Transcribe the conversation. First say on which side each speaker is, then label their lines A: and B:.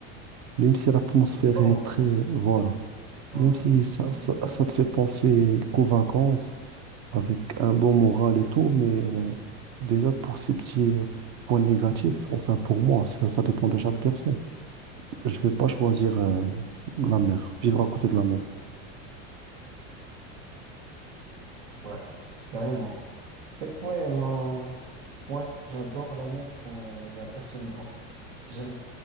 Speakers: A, on the right; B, on the right.
A: Même si l'atmosphère,
B: Tu profites pas,
A: elle
B: en
A: est
B: fait.
A: très... Voilà.
B: Ouais.
A: Même si ça,
B: Tu profites
A: ça,
B: pas
A: ça
B: de la
A: te
B: plage.
A: fait penser qu'aux vacances, avec un bon moral et tout, mais euh, déjà pour ces petits euh, points négatifs, enfin pour moi, ça, ça dépend de chaque personne. Je vais pas choisir euh, la mer, vivre à côté de la mer.
B: Ouais, carrément. Et toi, moi, moi j'adore la mer quand il y a personne. En fait, j'a-